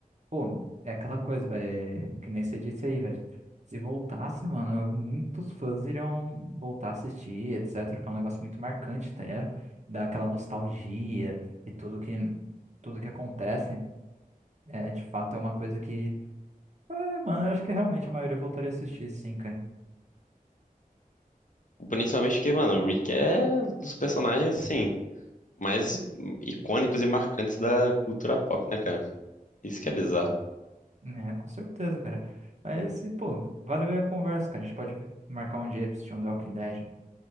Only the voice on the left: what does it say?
Principalmente porque, mano, o Rick é dos personagens, assim, mais icônicos e marcantes da cultura pop, né, cara? Isso que é bizarro.